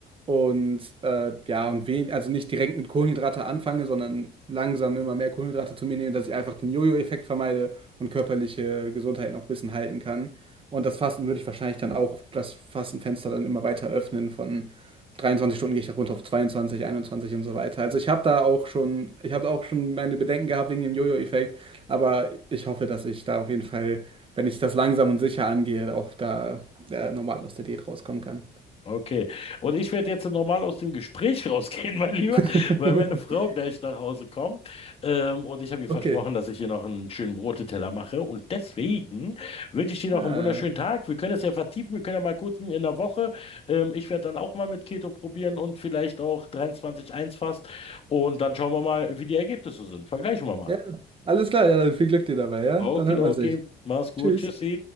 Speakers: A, on the right; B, on the left.
A: Und äh, ja, und wen, also nicht direkt mit Kohlenhydrate anfange, sondern langsam immer mehr Kohlenhydrate zu mir nehme, dass ich einfach den Jojo-Effekt vermeide und körperliche Gesundheit noch ein bisschen halten kann. Und das Fasten würde ich wahrscheinlich dann auch das Fastenfenster dann immer weiter öffnen. Von 23 Stunden gehe ich da runter auf 22, 21 und so weiter. Also ich habe da auch schon, ich habe auch schon meine Bedenken gehabt wegen dem Jojo-Effekt, aber ich hoffe, dass ich da auf jeden Fall, wenn ich das langsam und sicher angehe, auch da äh, normal aus der Diät rauskommen kann.
B: Okay. Und ich werde jetzt normal aus dem Gespräch rausgehen, <laughs> mein Lieber,
A: <laughs>
B: weil meine Frau gleich nach Hause kommt. Ähm, und ich habe ihr versprochen,
A: Okay.
B: dass ich ihr noch einen schönen Broteteller mache. Und deswegen wünsche ich dir noch
A: Ah,
B: einen wunderschönen Tag. Wir können es ja vertiefen. Wir können ja mal kurz in in der Woche. Ähm, ich werde dann auch mal mit Keto probieren und vielleicht auch 23.1 fast. Und dann schauen wir mal, wie die Ergebnisse sind. Vergleichen wir mal.
A: ja, alles klar. Ja, dann viel Glück dir dabei, ja? Dann
B: Okidoki.
A: hört man sich.
B: Mach's gut.
A: Tschüss.
B: Tschüssi.